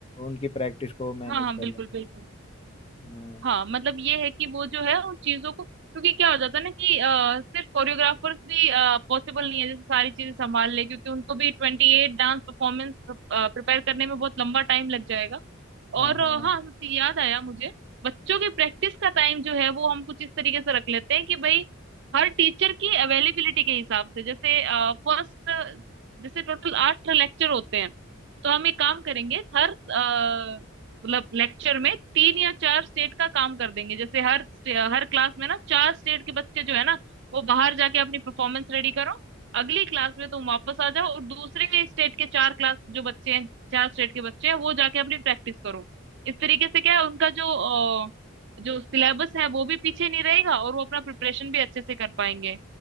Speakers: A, on the left; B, on the right.
A: उनकी प्रैक्टिस को मैनेज
B: हाँ हाँ
A: कर
B: बिल्कुल
A: लेंगे
B: बिल्कुल
A: हाँ
B: हाँ मतलब ये है कि वो जो है उन चीजों को क्योंकि क्या हो जाता है ना कि अ, सिर्फ कोरियोग्राफर्स भी पॉसिबल नहीं है जैसे सारी चीजें संभाल ले क्योंकि उनको भी ट्वेंटी एट डांस परफॉर्मेंस प्रिपेयर करने में बहुत लंबा टाइम लग जाएगा
A: हाँ
B: और
A: हाँ
B: अ, हाँ सच्ची याद आया मुझे बच्चों की प्रैक्टिस का टाइम जो है वो हम कुछ इस तरीके से रख लेते हैं कि भाई हर टीचर की अवेलेबिलिटी के हिसाब से जैसे फर्स्ट जैसे टोटल आठ लेक्चर होते हैं तो हम एक काम करेंगे हर अ, मतलब लेक्चर में तीन या चार स्टेट का काम कर देंगे जैसे हर हर क्लास में ना चार स्टेट के बच्चे जो है ना वो बाहर जाके अपनी परफॉर्मेंस रेडी करो अगली क्लास में तुम वापस आ जाओ और दूसरे के स्टेट के चार क्लास जो बच्चे हैं चार स्टेट के बच्चे हैं वो जाके अपनी प्रैक्टिस करो इस तरीके से क्या है उनका जो अ, जो सिलेबस है वो भी पीछे नहीं रहेगा और वो अपना प्रिपरेशन भी अच्छे से कर पाएंगे